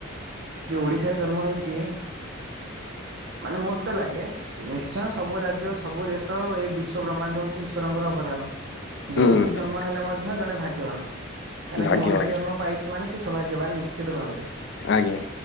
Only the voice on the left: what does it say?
ହୁଁ
ଭାଗ୍ୟବାନ
ଆଜ୍ଞା